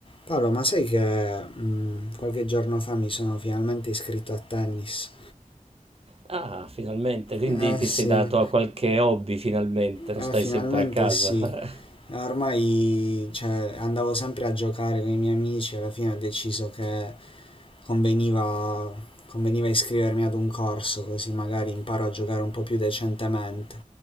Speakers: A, on the left; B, on the right.
A: Paolo, ma sai che mm, qualche giorno fa mi sono finalmente iscritto a tennis?
B: Ah, finalmente, quindi
A: Eh
B: ti
A: sì,
B: sei dato a qualche hobby finalmente, non
A: eh,
B: stai
A: finalmente
B: sempre a casa.
A: sì.
B: <laughs>
A: Ormai, cioè, andavo sempre a giocare con i miei amici, alla fine ho deciso che conveniva, conveniva iscrivermi ad un corso, così magari imparo a giocare un po' più decentemente.